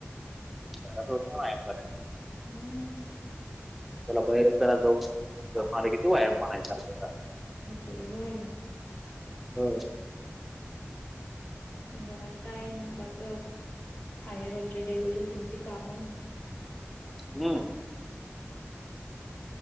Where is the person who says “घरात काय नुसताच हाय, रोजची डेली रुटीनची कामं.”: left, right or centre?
Left